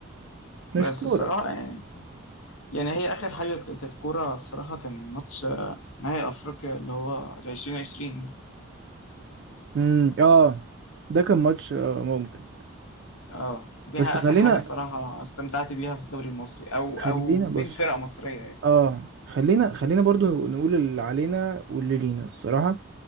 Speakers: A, on the right; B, on the left.
A: مش
B: بس
A: كورة
B: الصراحة يعني, يعني هي آخر حاجة ك- كانت كورة الصراحة كان ماتش آه، نهائي أفريقيا اللي هو 2020 ده
A: مم. اه ده كان ماتش آه ممكن
B: اه ديها
A: بس خلينا
B: آخر حاجة الصراحة استمتعت بيها في الدوري المصري أو
A: خلينا
B: أو
A: بص
B: بين فرق مصرية يعني
A: اه خلينا خلينا برضو نقول اللي علينا واللي لينا الصراحة